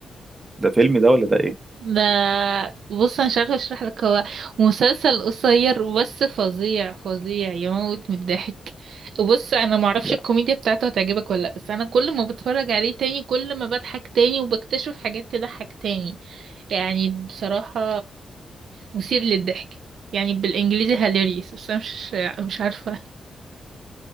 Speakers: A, on the right; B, on the right.
A: ده فيلم ده ولا ده ايه
B: ده بص انا مش عارفه اشرح لك هو مسلسل قصير بس فظيع فظيع يموت من الضحك بص انا معرفش
A: لا
B: الكوميديا بتاعته هتعجبك ولا لا بس انا كل ما بتفرج عليه تاني كل ما بضحك تاني وبكتشف حاجات تضحك تاني يعني بصراحه مثير للضحك يعني بالانجليزي هاليريس بس انا مش مش عارفه